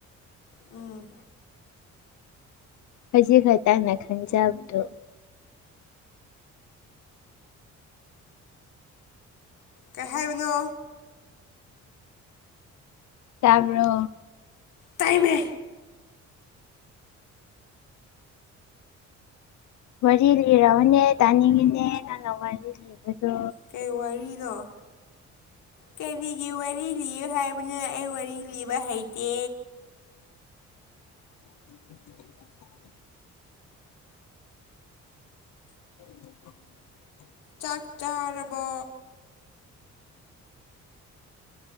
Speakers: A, on the left; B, on the left.
A: ꯎꯝ
B: ꯈꯖꯤꯛ ꯈꯛꯇꯪꯅ ꯈꯟꯖꯕꯗꯣ
A: ꯀꯩ ꯍꯥꯏꯕꯅꯣ
B: ꯇꯕ꯭ꯔꯣ
A: ꯇꯥꯏꯃꯦ
B: ꯋꯥꯔꯤ ꯂꯤꯔꯔꯕꯅꯦ ꯇꯥꯅꯤꯡꯉꯤꯅꯦ ꯅꯪꯅ ꯋꯥꯔꯤ ꯂꯤꯕꯗꯣ
A: ꯀꯩ ꯋꯥꯔꯤꯅꯣ ꯀꯔꯤꯒꯤ ꯋꯥꯔꯤ ꯂꯤꯌ ꯍꯥꯏꯕꯅꯦ ꯑꯩ ꯍ ꯂꯤꯕ ꯍꯩꯇꯦ
B: <inaudible> <inaudible>
A: ꯆꯥꯛ ꯆꯥꯔꯕ